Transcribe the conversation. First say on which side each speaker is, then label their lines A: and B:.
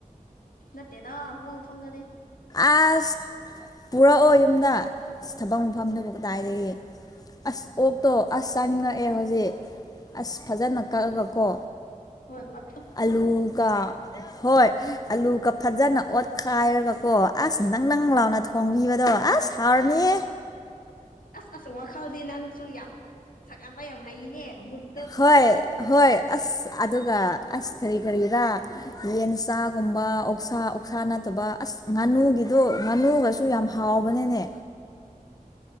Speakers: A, on the left (about 80°); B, on the left (about 25°).
A: ꯅꯠꯇꯦꯗ ꯊꯕꯛ ꯃꯐꯝꯗꯅꯦ
B: ꯑꯁ ꯄꯨꯔꯛꯑꯣ ꯌꯨꯝꯗ ꯊꯕꯛ ꯃꯐꯝꯗꯕꯨ ꯀꯗꯥꯏꯗꯒꯤ ꯑꯁ ꯑꯣꯛꯇꯣ ꯑꯁ ꯆꯥꯅꯤꯡꯉꯛꯑꯦ ꯍꯧꯖꯤꯛ ꯑꯁ ꯐꯖꯅ ꯀꯛꯑꯒ ꯀꯣ
A: ꯍꯣꯏ ꯃ
B: ꯑꯂꯨꯒ ꯍꯣꯏ ꯑꯂꯨꯒ ꯐꯖꯅ ꯑꯣꯠꯈꯥꯏꯔꯒ ꯑꯣ ꯑꯁ ꯅꯪ ꯅꯪ ꯂꯥꯎꯅ ꯊꯣꯡꯕꯤꯕꯗꯣ ꯑꯁ ꯍꯥꯎꯔꯅꯤꯌꯦ
A: ꯑꯁ ꯑꯁ ꯋꯥꯈꯜꯗꯤ ꯅꯪꯁꯨ ꯌꯥꯝ ꯁꯛꯠꯄ ꯌꯥꯝ ꯍꯩꯅꯦ ꯃꯨꯠ
B: ꯍꯣꯏ ꯍꯣꯏ ꯑꯁ ꯑꯗꯨꯒ ꯑꯁ ꯀꯔꯤ ꯀꯔꯤꯔ ꯌꯦꯟ ꯆꯥꯒꯨꯝꯕ ꯑꯣꯛꯁꯥ ꯑꯣꯛꯁꯥ ꯅꯠꯇꯕ ꯑꯁ ꯉꯥꯅꯨꯒꯤꯗꯣ ꯉꯥꯅꯨꯒꯁꯨ ꯌꯥꯝ ꯍꯥꯎꯕꯅꯤꯅꯦ